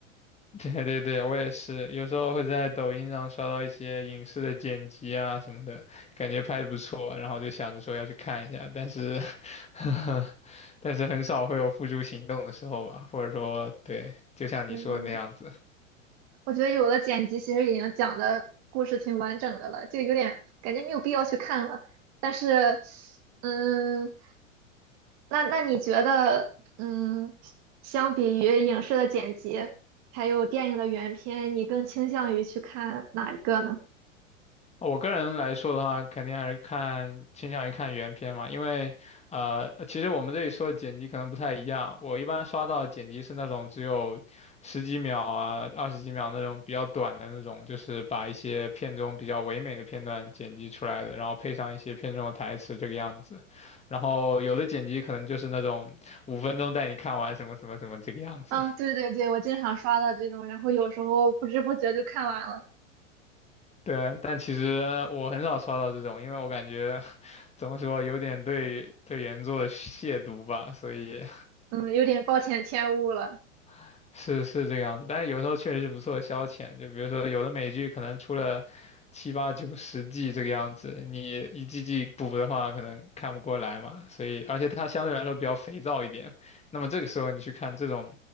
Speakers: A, on the left; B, on the right.
A: <laughs> 对对对，我也是，有时候会在抖音上刷到一些影视的剪辑啊什么的，感觉拍的不错，然后就想着说要去看一下，但是，<laughs> 但是很少会有付诸行动的时候吧，或者说，对，就像你说的那样子。
B: 嗯，我觉得有的剪辑其实已经讲的故事挺完整的了，就有点感觉没有必要去看了。但是，嗯，那那你觉得，嗯，相比于影视的剪辑，还有电影的原片，你更倾向于去看哪一个呢？
A: 我个人来说的话，肯定还是看倾向于看原片嘛，因为呃，其实我们这里说的剪辑可能不太一样。我一般刷到的剪辑是那种只有十几秒啊、二十几秒那种比较短的那种，就是把一些片中比较唯美的片段剪辑出来的，然后配上一些片中的台词这个样子。然后有的剪辑可能就是那种五分钟带你看完什么什么什么这个样子。
B: 啊，对对对，我经常刷到这种，然后有时候不知不觉就看完了，
A: 对，但其实我很少刷到这种，因为我感觉 <laughs> 怎么说，有点对对原作亵渎吧，所以
B: 嗯，有点暴殄天物了，
A: <laughs> 是是这个样子。但是有时候确实是不错的消遣，就比如说有的美剧可能出了七八九十季这个样子，你一季季补的话，可能看不过来嘛。所以，而且它相对来说比较肥皂一点，那么这个时候你去看这种